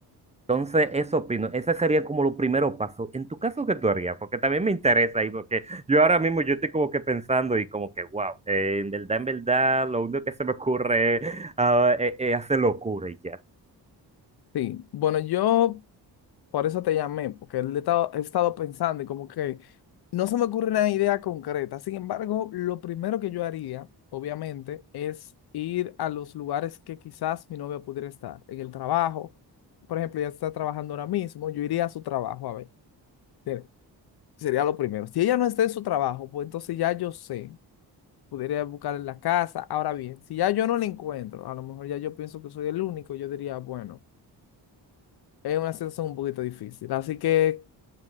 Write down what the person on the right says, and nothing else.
Entonces, eso opino, ese sería como los primeros pasos. En tu caso, ¿qué tú harías? Porque también me interesa ahí, porque yo ahora mismo yo estoy como que pensando y como que, wow, eh, en verdad, en verdad, lo único que se me ocurre es, ah, eh, eh, hacer locura y ya. <laughs>